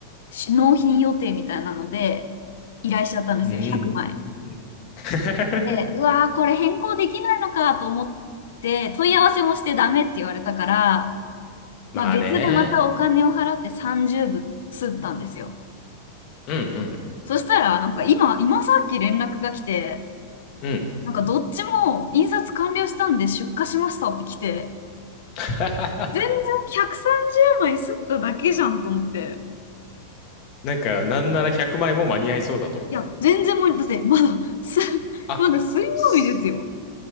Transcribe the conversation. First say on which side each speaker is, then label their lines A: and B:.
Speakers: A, on the left; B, on the left.
A: し納品予定みたいなので、依頼しちゃったんですよ、
B: うん。
A: 100枚。
B: <laughs>
A: で、うわー、これ変更できないのかと思って、問い合わせもしてダメって言われたから、
B: まあね。
A: まあ別でまたお金を払って30部吸ったんですよ。
B: うんうん。
A: そしたら、なんか今、今さっき連絡が来て、
B: うん。
A: なんかどっちも印刷完了したんで出荷しましたって来て、
B: <laughs>
A: 全然130枚吸っただけじゃんと思って。
B: なんか、なんなら100枚も間に合いそうだと。
A: いや、全然間に、だってまだ、す、<laughs>
B: あ、
A: まだ水曜日ですよ。
B: す